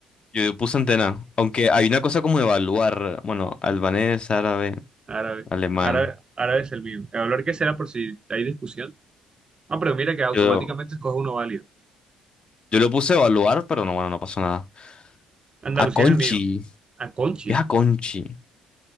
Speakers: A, on the left; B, on the right.
A: Yo puse antena. Aunque hay una cosa como evaluar. Bueno, albanés, árabe,
B: Árabe.
A: alemán.
B: Árabe, árabe es el mío. El valor que será por si hay discusión. Ah, pero mira que automáticamente
A: Yo,
B: escoge uno válido.
A: yo lo puse evaluar, pero no, bueno, no pasó nada.
B: Andalucía
A: Aconchi.
B: es el mío. A Conchi.
A: ¿Qué es Aconchi?